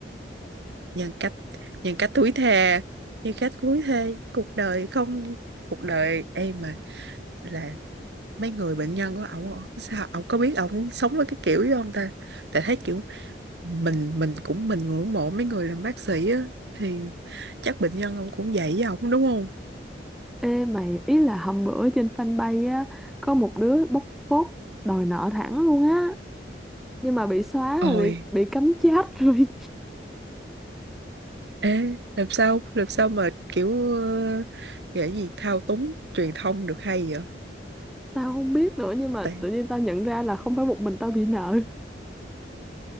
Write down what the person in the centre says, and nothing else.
Ê mày ý là hôm bữa trên fanpage á có một đứa bóc phốt đòi nợ thẳng luôn á nhưng mà bị xóa
rồi bị bị cấm chat rồi
<laughs> tao không biết nữa nhưng mà
tự nhiên tao nhận ra là không phải một mình tao bị nợ